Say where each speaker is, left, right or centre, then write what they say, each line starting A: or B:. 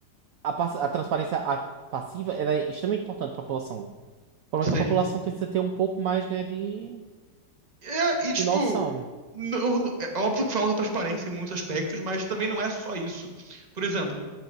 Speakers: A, on the right; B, on the right.
A: a, pass- a transparência a- passiva ela é extremamente importante para a população. O problema
B: sim.
A: é que a população precisa ter um pouco mais, né, de,
B: É, e tipo,
A: de noção.
B: não- é óbvio que falta transparência em muitos aspectos, mas também não é só isso. Por exemplo.